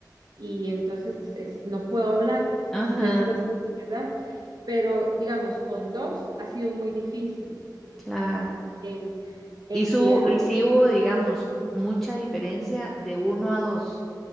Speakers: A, on the right; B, in the centre.
A: y entonces es- no puedo hablar.
B: Ajá,
A: Y yo después, ¿verdad? Pero digamos, con dos ha sido muy difícil
B: claro.
A: en, en
B: Y su,
A: que,
B: y sí hubo, digamos, mucha diferencia de uno a dos.